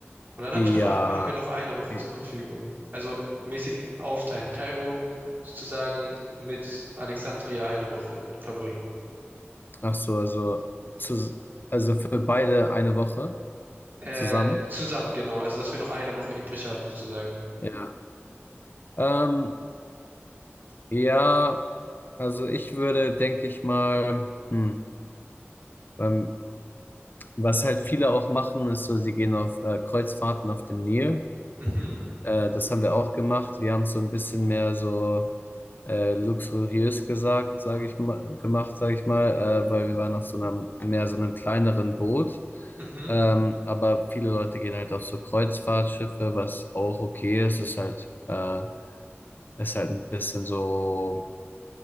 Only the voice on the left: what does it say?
Ja,
eh,
ach so, also, zu, also für beide eine Woche
zusammen.
Ja. Ähm, ja, also ich würde, denke ich mal, hm, ähm, was halt viele auch machen, ist so, sie gehen auf äh, Kreuzfahrten auf dem Nil.
Äh, das haben wir auch gemacht. Wir haben es so ein bisschen mehr so äh, luxuriös gesagt, sage ich mal, gemacht, sage ich mal, äh, weil wir waren auf so einem mehr so einem kleineren Boot.
Ähm, aber viele Leute gehen halt auf so Kreuzfahrtschiffe, was auch okay ist. Ist halt, äh, ist halt ein bisschen so